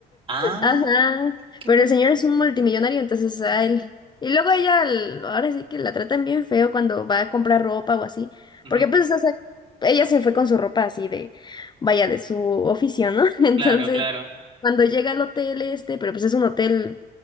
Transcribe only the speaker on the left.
Ajá,
pero
el señor es un multimillonario, entonces a él. Y luego ella, l- ahora sí que la tratan bien feo cuando va a comprar ropa o así,
porque pues, o sea, ella se fue con su ropa así de, vaya, de su oficio, ¿no? <laughs> Entonces,
cuando llega al hotel este, pero pues es un hotel